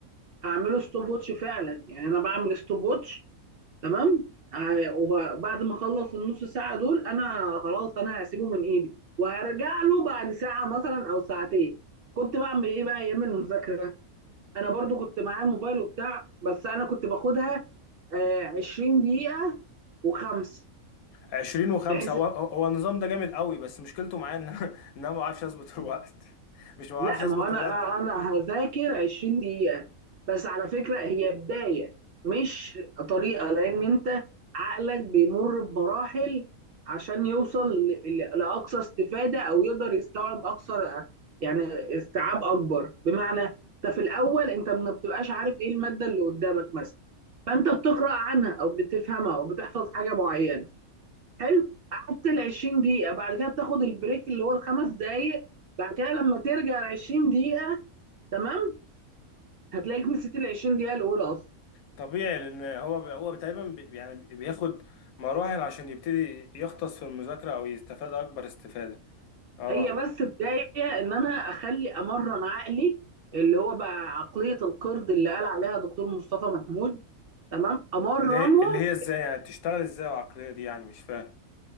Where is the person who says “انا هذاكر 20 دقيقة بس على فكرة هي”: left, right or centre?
Right